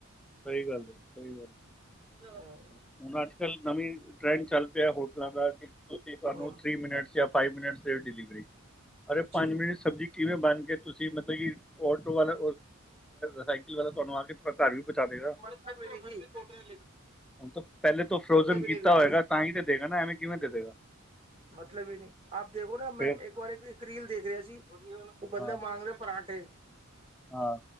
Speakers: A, in the centre; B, on the right (about 25°).
A: ਸਹੀ ਗੱਲ ਹੈ, ਸਹੀ ਗੱਲ।
B: ਹਾਂ।
A: ਹੁਣ ਅੱਜ-ਕੱਲ ਨਵੀਂ ਟਰੈਂਡ ਚੱਲ ਪਿਆ ਹੋਟਲਾਂ ਦਾ, ਤੁਸੀਂ ਤੁਾਨੂੰ
B: ਹਮ
A: ਥ੍ਰੀ ਮਿਨਟਸ ਯਾ ਫਾਈਵ ਮਿਨਟਸ ਦੀ ਡਿਲੀਵਰੀ, ਅਰੇ
B: ਜੀ
A: ਪੰਜ ਮਿੰਟ'ਚ ਸਬਜ਼ੀ ਕਿਵੇਂ ਬਣਗੀ, ਤੁਸੀਂ ਮਤਲਬ ਕਿ ਆਟੋ ਵਾਲਾ ਸਾਈਕਲ ਵਾਲਾ ਤੁਹਾਨੂੰ ਆ ਕੇ ਘਰ ਵੀ ਪਹੁੰਚਾ ਦੇਗਾ।
B: <inaudible>
A: ਹੁਣ ਤਾਂ ਪਹਿਲੇ ਤੋਂ ਫਰੋਜਨ
B: ਮਤਲਬ ਹੀ ਨਹੀਂ
A: ਕੀਤਾ
B: ਵੀਰ ਜੀ
A: ਹੋਏਗਾ ਤਾਂ ਹੀ ਤੇ ਦੇਗਾ ਨਾ ਐਵੇਂ ਕਿਵੇਂ ਦੇ ਦੇਗਾ।
B: ਮਤਲਬ ਹੀ ਨਹੀਂ ਆਪ ਦੇਖੋ ਨਾ ਮੈਂ
A: ਫੇਰ
B: ਇੱਕ- ਬਾਰੇ ਇੱਕ ਰੀਲ ਦੇਖ ਰਿਹਾ ਸੀ ਉਹ ਬੰਦਾ
A: ਹਾਂ,
B: ਮੰਗ ਲਓ ਪਰਾਂਠੇ।
A: ਹਾਂ,